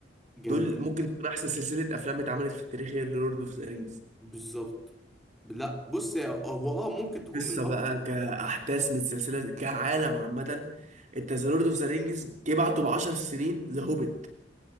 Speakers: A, in the centre; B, on the right (about 45°).
A: جامدين
B: دول ممكن تكون احسن سلسله افلام اتعملت في التاريخ هي لورد اوف ذا رينجز
A: بالظبط لا بص يا- هو اه ممكن تكون
B: قصه
A: من اقوى
B: بقى كاحداث من السلسله كعالم عامه انت ذا لورد اوف ذا رينجز جه بعته ب 10 سنين ذا هوبيت